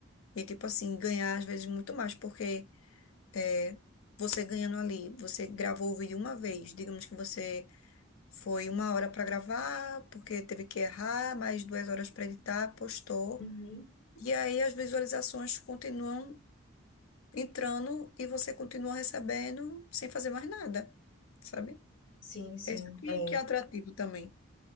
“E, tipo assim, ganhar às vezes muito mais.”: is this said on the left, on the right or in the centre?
Left